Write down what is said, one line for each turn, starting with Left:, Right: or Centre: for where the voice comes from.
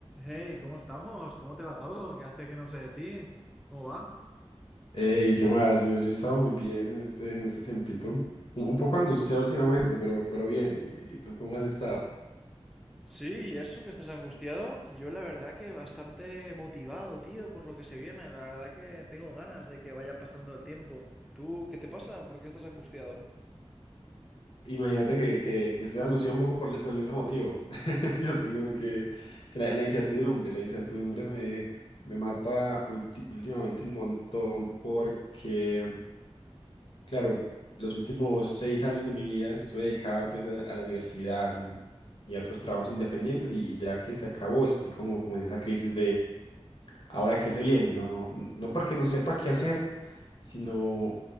Centre: Hey, ¿cómo estamos? ¿Cómo te va todo? ¿Qué hace que no sé de ti? ¿Cómo va?
Left: Ey, ¿qué más? Yo, yo estaba muy bien en este, en este tiempito. Un, un poco angustiado últimamente, pero, pero bien. ¿Y tú cómo has estado?
Centre: Sí, y eso que estás angustiado, yo la verdad que bastante motivado, tío, por lo que se viene. La verdad que tengo ganas de que vaya pasando el tiempo. ¿Tú qué te pasa? ¿Por qué estás angustiado?
Left: Imagínate que, que, que estoy angustiado un poco por, el- por el mismo motivo. <laughs> Es cierto, como que, que la, la incertidumbre, la incertidumbre me, me mata ulti- últimamente un montón porque, claro, los últimos seis años de mi vida estuve dedicado pues a, a la universidad y, y a otros trabajos independientes y, y ya que se acabó, estoy como, como en esa crisis ahora qué se viene, no, no porque no sepa qué hacer, sino